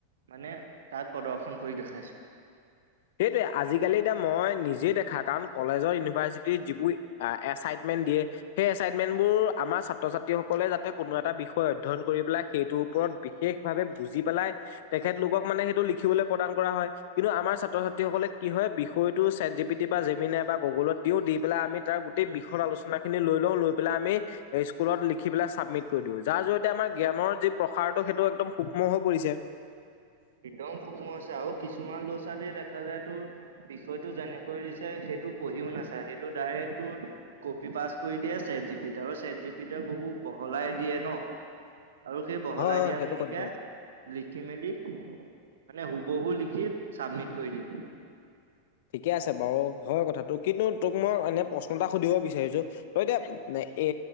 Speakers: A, on the right (about 65°); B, on the left (about 50°).
A: মানে তাত প্ৰদৰ্শন কৰি দেখাইছোঁ।
B: সেইটোৱে আজিকালি এতিয়া মই নিজেই দেখা কাৰণ কলেজৰ ইউনিভাৰ্চিটিৰ যিবোৰ এচাইনমেন্ট দিয়ে সেই এচাইনমেন্ট বোৰ আমাৰ ছাত্ৰ ছাত্ৰীসকলে যাতে কোনো এটা বিষয় অধ্যয়ন, পেলাই সেইটোৰ ওপৰত বিশেষ ভাৱে বুজি পেলাই তেখেতলোকক মানে সেইটো লিখিবলৈ প্ৰদান কৰা হয়। কিন্তু আমাৰ ছাত্ৰ-ছাত্ৰীসকলে কি হয় বিষয়টো ছেট জি পিটি বা গুগলত দিও দি পেলাই আমি তাৰ গোটেই বিষত আলোনা খিনি লৈ লওঁ লৈ পেল আমি স্কুলত লিখিবিলাক চাবমিট কৰি দিও, যাৰ জয়তে আমাৰ জ্ঞৰ যি প্ৰসাৰটো সেইটো একদম সুক্ষ্ম হৈ পৰিছে।
A: <inaudible> একদম সূক্ষ্ম হৈছে আৰু কিছুমান ল'ৰা-ছোৱালীয়ে দেখা যায় তো বিষয়টো যেনেকৈ দিছে। সেইটো পঢ়িও নাচা সেইটো ডাইৰেক্ট তোৰ কপি পাছ কৰি দিয়ে ছেট জি পি দিত আৰু ছেট জি পি বহু বহলাই দিয়ে ন আৰু সেই বহলাই
B: হয় হয়
A: দিয়া
B: সেইটো
A: খিনিকে
B: সত্য কথা
A: লিখি মেলি মানে হুবহু লিখি চাবমিট কৰি দিয়ে।
B: ঠিকে আছে বাৰু হয় কথাটো কিন্তু তোক মই এনে প্ৰশ্ন এটা সুধিব বিচাৰিছো তই এতিয়া, এ